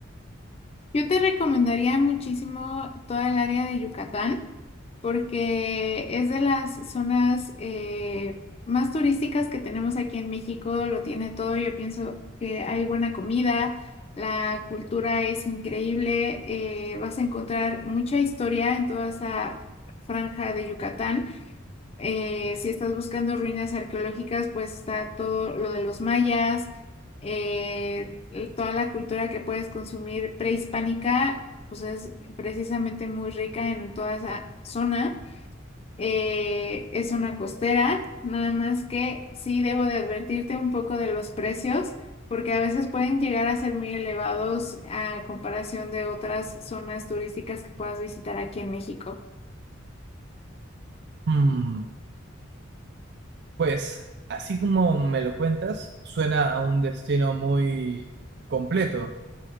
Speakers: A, on the left; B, on the right.
A: Yo te recomendaría muchísimo toda el área de Yucatán porque es de las zonas eh, más turísticas que tenemos aquí en México. Lo tiene todo. Yo pienso que hay buena comida, la cultura es increíble. eh, vas a encontrar mucha historia en toda esa franja de Yucatán. eh, si estás buscando ruinas arqueológicas, pues está todo lo de los mayas, eh, y toda la cultura que puedes consumir prehispánica, pues es precisamente muy rica en toda esa zona. Eh, es una costera, nada más que sí debo de advertirte un poco de los precios, porque a veces pueden llegar a ser muy elevados a comparación de otras zonas turísticas que puedas visitar aquí en México.
B: Mm, Pues, así como me lo cuentas, suena a un destino muy completo,